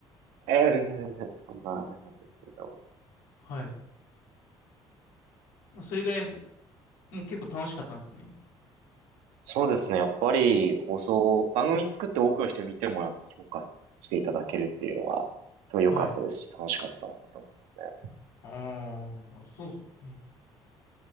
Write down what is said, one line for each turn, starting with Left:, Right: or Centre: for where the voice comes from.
Right: えー全然全然、そんなあれなんですけど。
Left: はい。それぐらいほ、もう結構楽しかったんですね。
Right: そうですね、やっぱり放送、番組作って多くの人に見てもらって評価していただけるっていうのは、すごい良かったですし、
Left: はい。
Right: 楽しかったなと思いますね。
Left: ああ、そうっすね。